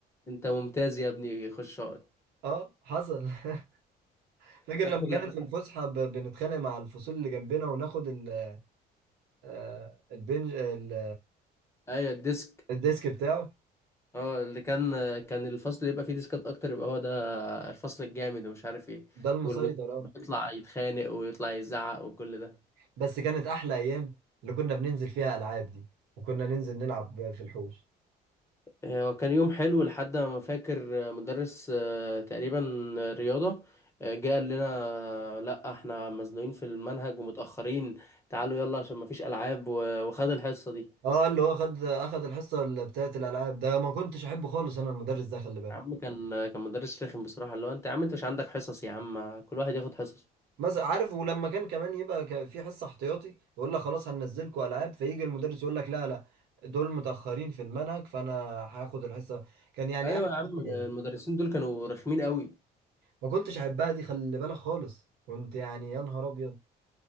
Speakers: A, on the left; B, on the right.
A: انت ممتاز يا ابني خش اقعد
B: اه حصل <laughs> فاكر
A: فاكر
B: لما كانت
A: لما
B: في الفسحه ب- بنتخانق مع الفصول اللي جنبنا وناخد ال- آه، البنج ال-
A: ايوه الديسك
B: الديسك بتاعه
A: اه اللي كان كان الفصل اللي يبقى فيه ديسكات اكتر يبقى هو ده الفصل الجامد ومش عارف ايه
B: ده المسيطر
A: والمدير كان
B: اه
A: بيطلع يتخانق ويطلع يزعق وكل ده
B: بس كانت احلى ايام اللي كنا بننزل فيها العاب دي وكنا ننزل نلعب في الحوش
A: آه، وكان يوم حلو لحد ما فاكر آه، مدرس آه، تقريبا آه، رياضة آه، جه قال لنا آه، لا احنا مزنوقين في المنهج ومتأخرين تعالوا يلا عشان مفيش ألعاب و- وخد الحصة دي
B: اه اللي هو خد اخد الحصه اللي بتاعت الالعاب ده ما كنتش احبه خالص انا المدرس ده خلي بالك
A: يا عم كان كان مدرس رخم بصراحة اللي هو انت يا عم انت مش عندك حصص يا عم كل واحد ياخد حصص
B: بس عارف ولما كان كمان يبقى ك- في حصه احتياطي يقول لك خلاص هننزلكوا العاب فيجي المدرس يقول لك لا لا دول متاخرين في المنهج فانا هاخد الحصه كان يعني
A: ايوه
B: انا
A: يا عم
B: الحاجه
A: المدرسين
B: دي
A: دول كانوا رخمين قوي
B: ما كنتش احبها دي خلي بالك خالص كنت يعني يا نهار ابيض